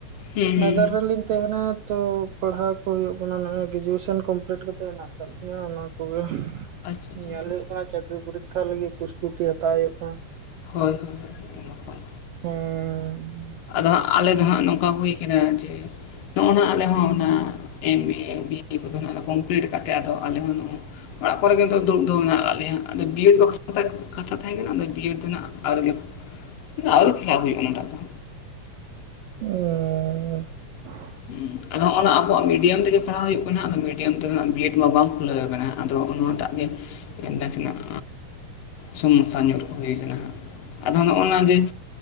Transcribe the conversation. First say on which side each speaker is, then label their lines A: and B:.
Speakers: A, on the left; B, on the right.
A: ᱦᱩᱸ ᱦᱩᱸ
B: ᱱᱟᱜᱟᱨ ᱨᱮᱞᱤᱧ ᱛᱟᱦᱮᱱᱟ ᱛᱚ ᱯᱟᱲᱦᱟᱣ ᱠᱚ ᱦᱩᱭᱩᱜ ᱠᱟᱱᱟ ᱱᱚᱜ ᱜᱨᱮᱡᱩᱭᱮᱥᱚᱱ ᱠᱚᱢᱯᱤᱞᱴ ᱠᱟᱛᱮᱜ ᱢᱮᱱᱟᱜ ᱟᱠᱟᱫ ᱞᱤᱧᱟᱹ ᱚᱱᱟ ᱠᱚᱜᱮ
A: ᱟᱪᱪᱷᱟ ᱟᱪᱪᱷᱟ
B: ᱧᱮᱞ
A: ᱟᱪᱪᱷᱟ
B: ᱦᱩᱭᱩᱜ ᱠᱟᱱᱟ ᱪᱟᱹᱠᱨᱤ ᱯᱚᱨᱤᱠᱠᱷᱟ ᱞᱟᱹᱜᱤᱫ ᱯᱳᱥᱴ ᱪᱩᱴᱤ ᱦᱟᱛᱟᱣ ᱦᱩᱭᱩᱜ ᱠᱟᱱᱟ
A: ᱦᱳᱭ ᱦᱳᱭ ᱦᱳᱭ ᱱᱟᱯᱟᱭ
B: ᱦᱩᱸ
A: ᱟᱫᱚ ᱦᱟᱜ ᱟᱞᱮ ᱫᱚ ᱦᱟᱸᱜ ᱱᱚᱝᱠᱟ ᱦᱩᱭ ᱠᱟᱱᱟ ᱡᱮ ᱱᱚᱜᱼᱚᱭ ᱱᱟ ᱟᱞᱮ ᱦᱚᱸ ᱚᱱᱟ ᱮᱢ ᱮ ᱵᱤᱭᱮ ᱠᱚᱫᱚ ᱠᱚᱢᱯᱞᱤᱴ ᱠᱟᱛᱮᱜ ᱟᱫᱚ ᱟᱞᱮ ᱦᱚᱸ ᱱᱚᱜ ᱚᱲᱟᱜ ᱠᱚᱨᱮᱜᱮ ᱫᱩᱲᱩᱵ ᱢᱮᱱᱟᱜ ᱠᱟᱜ ᱞᱮᱭᱟ ᱟᱫᱚ ᱵᱤᱭᱮᱰ ᱵᱟᱠᱷᱨᱟ ᱠᱟᱛᱷᱟ ᱛᱟᱦᱮᱸ ᱠᱟᱱᱟ ᱟᱫᱚ ᱵᱤᱭᱮᱰ ᱫᱚ ᱦᱟᱸᱜ ᱟᱣᱨᱤ ᱞᱮ ᱟᱨᱩ ᱯᱷᱮᱨᱞᱟᱯ ᱦᱩᱭᱩᱜᱼᱟ ᱚᱱᱟᱴᱟᱜ ᱫᱚ
B: ᱟᱨ
A: ᱦᱩᱸ ᱟᱫᱚ ᱦᱚᱸᱜᱼ ᱱᱟ ᱟᱵᱚᱣᱟᱜ ᱢᱤᱰᱤᱭᱟᱢ ᱛᱮᱜᱮ ᱯᱟᱲᱦᱟᱣ ᱦᱩᱭᱩᱜ ᱠᱟᱱᱟ ᱟᱫᱚ ᱢᱤᱰᱤᱭᱟᱢ ᱛᱮᱫᱟᱜ ᱵᱤᱭᱮᱰ ᱢᱟ ᱵᱟᱝ ᱠᱷᱩᱞᱟᱹᱣ ᱟᱠᱟᱱᱟ᱾ ᱟᱫᱚ ᱚᱱᱟᱴᱟᱜ ᱜᱮ ᱱᱟᱥᱮᱱᱟᱜ ᱥᱚᱢᱚᱥᱥᱟ ᱧᱩᱨ ᱠᱚ ᱦᱩᱭ ᱠᱟᱱᱟ᱾ ᱟᱫᱚ ᱱᱚᱜᱼᱚ ᱱᱟ ᱡᱮ